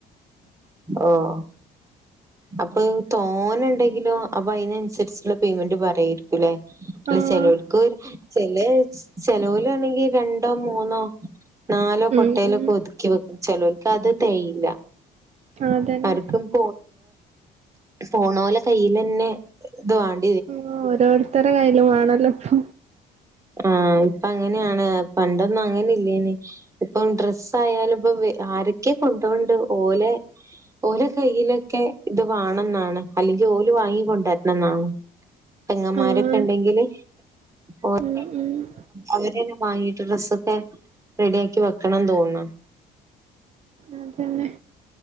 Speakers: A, on the right (about 20°); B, on the right (about 40°).
A: ഓഹ് അപ്പോ പ്പൊ തോന ഉണ്ടെങ്കിലും അപ്പൊ അതിനനുസരിച്ചുള്ള പേയ്മെന്റ് പറയായിരിക്കൂല്ലേ അല്ല
B: ആഹ്
A: ചെലോല്ക്ക് ചെല ചെലോലാണെങ്കി രണ്ടോ മൂന്നോ നാലോ കൊട്ടയിലൊക്കെ
B: ഉം ഉം
A: ഒതുക്കി വെക്കും ചലോല്ക്ക് അത് തേയ്യില്ല
B: അതന്നെ
A: ആർക്കും <unintelligible> ഫോണ് പോലെ കയ്യിലന്നെ ഇതുവാണ്
B: ഉം ഓരോരുത്തരുടെ കയ്യിലും വേണല്ലോ ഇപ്പൊ
A: ആഹ് ഇപ്പ അങ്ങനെയാണ് പണ്ടൊന്നും അങ്ങനെ ഇല്ലേന് ഇപ്പം ഡ്രസ്സ് ആയാലും ഇപ്പൊ ആരൊക്കെ കൊണ്ടോണ്ട് ഓലെ ഓല കൈയിലൊക്കെ ഇത് വേണെന്നാണ് അല്ലെങ്കിൽ ഓല് വാങ്ങിക്കൊണ്ടരണം ന്നാണ് പെങ്ങമ്മാരൊക്കെ
B: ആഹ്
A: ഉണ്ടെങ്കില് ഓല്
B: ഉം ഉം
A: അവരെന്നെ വാങ്ങിട്ട് ഡ്രസ്സൊക്കെ റെഡിയാക്കി വെക്കണംന്ന് തോന്നാ
B: അതന്നെ